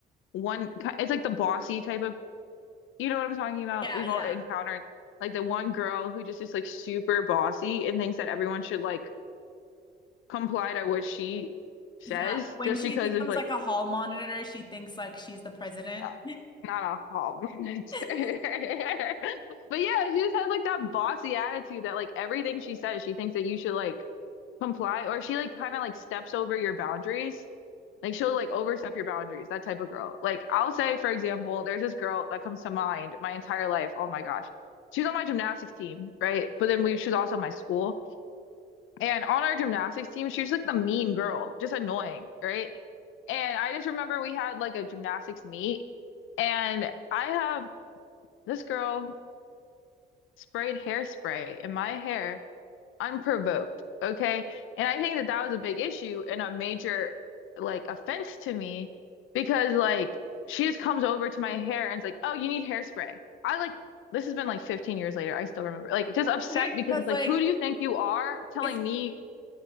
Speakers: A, on the left; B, on the left.
A: one, ki- it's like the bossy type of, you know what I'm talking about?
B: Yeah,
A: We've
B: yeah,
A: all encountered like the one girl who just is like super bossy and thinks that everyone should like comply to what she says
B: yeah. When
A: just
B: she
A: because
B: becomes
A: of like
B: like a hall monitor, she thinks like she's the president.
A: uh, not a hallmark.
B: <laughs>
A: <laughs> But yeah, she just has like that bossy attitude that like everything she says, she thinks that you should like comply or she like kind of like steps over your boundaries. Like she'll like overstep your boundaries, that type of girl. Like I'll say, for example, there's this girl that comes to mind my entire life. Oh my gosh. She's on my gymnastics team, right? But then we she was also in my school. And on our gymnastics team, she was like the mean girl, just annoying, right? And I just remember we had like a gymnastics meet, and I have this girl sprayed hairspray in my hair unprovoked, okay? And I think that that was a big issue and a major like offense to me because like she just comes over to my hair and's like, "Oh, you need hairspray." I like this has been like 15 years later. I still remember. Like just upset
B: Weird because
A: because it's like,
B: like
A: "Who do you think you are telling
B: it's
A: me